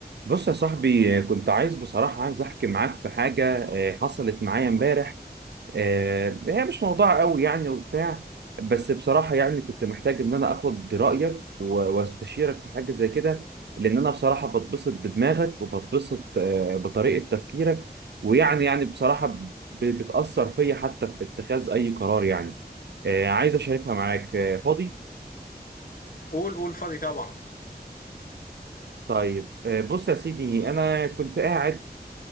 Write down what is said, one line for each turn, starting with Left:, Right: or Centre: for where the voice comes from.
Right: بص يا صاحبي آه، كنت عايز بصراحة عايز أحكي معاك في حاجة آه، حصلت معايا امبارح آه، هي مش موضوع قوي يعني وبتاع بس بصراحة يعني كنت محتاج إن أنا آخد رأيك و- واستشيرك في حاجة زي كده لأن أنا بصراحة بتبسط بدماغك وبتبسط آه، بطريقة تفكيرك ويعني يعني بصراحة ب- بتأثر فيا حتى في اتخاذ أي قرار يعني آه، عايز أشاركها معاك آه، فاضي؟
Left: قول قول فاضي طبعا
Right: طيب آه، بص يا سيدي أنا كنت قاعد